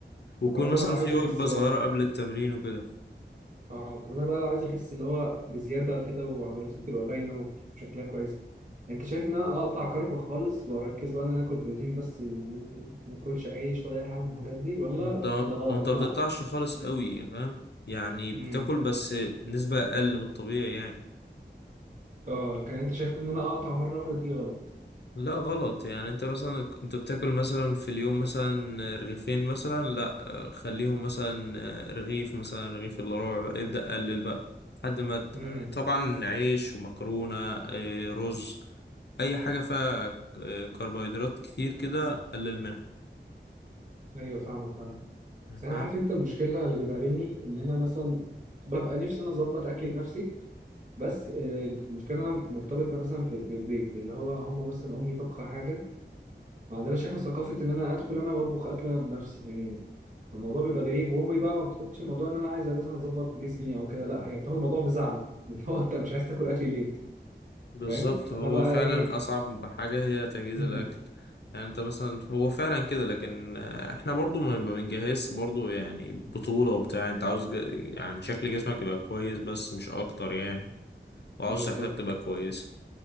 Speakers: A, on the left; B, on the right.
A: ويكون
B: طب انا
A: مثلا
B: لو عايز
A: في وجبة
B: اخس
A: صغيرة قبل التمرين وكده
B: اه طب انا بقى لو عايز اخس اللي هو بزياده كده وعضلاتي تبقى باينه وشكلها كويس انت شايف ان انا اقطع كرب خالص واركز بقى ان انا اكل بروتين بس وما اكلش عيش ولا اي حاجه من الحاجات دي ولا
A: وانت
B: ده غلط
A: وانت
B: ان
A: ما بتقطعش
B: اقطع
A: خالص قوي فاهم يعني بتاكل
B: امم
A: بس نسبة اقل من الطبيعي يعني
B: اه لكن انت شايف ان انا اقطع مره واحده دي غلط
A: لا غلط يعني انت مثلا انت بتاكل مثلا في اليوم مثلا رغيفين مثلا لا خليهم مثلا رغيف مثلا رغيف الا ربع بقى ابدأ قلل بقى لحد ما ت...
B: امم
A: طبعا عيش ومكرونة اه، رز اي حاجة فيها ك- آه، كربوهيدرات كتير كده قلل منها
B: ايوه فاهمك فاهمك
A: يعني
B: بس
A: فاهم
B: انا عارف انت المشكله اللي بتقابلني ان انا مثلا ببقى نفسي انا اظبط اكلي بنفسي بس آه، المشكله انا مرتبط مثلا في في البيت اللي هو هم مثلا امي طبخه حاجه ما عندناش احنا ثقافه ان انا ادخل انا واطبخ اكل انا بنفسي يعني الموضوع بيبقى غريب وامي بقى ما بتاخدش الموضوع ان انا عايز مثلا اظبط جسمي او كده لا هي بتاخد الموضوع بزعل <laughs> اللي هو انت مش عايز تاكل اكلي ليه
A: بالظبط
B: فاهم فانا
A: هو
B: بقى
A: فعلا
B: ايه
A: أصعب حاجة هي تجهيز
B: امم
A: الأكل يعني أنت مثلا هو فعلا كده لكن آه، إحنا برضو ما ما بنجهز برضو يعني بطولة وبتاع أنت عاوز ج... يعني شكل جسمك يبقى كويس بس مش أكتر يعني وعاوز
B: بالظبط
A: صحتك تبقى كويسة